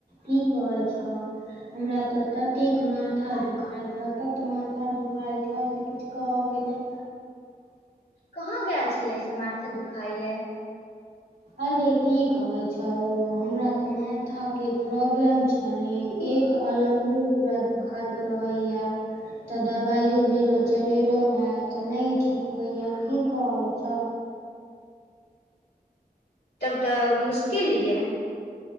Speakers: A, on the right; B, on the left.
A: की कहै छ हमरा तऽ ततेक माथा दुखाइ छह तत माथा दुखाइ छह से किछ कहऽ के नै।
B: कहाँ गेल छलियै से माथा दुखाइये।
A: अरे की कहे छौ हमरा तऽ माथा के प्रॉब्लम छह। माने एक अलंगे पूरा दुखाइत रहैये। तऽ दवाइयो बीरो चलेलहुं हें तऽ नै ठीक होइये की कहै छह।
B: तब तऽ मुश्किल ये।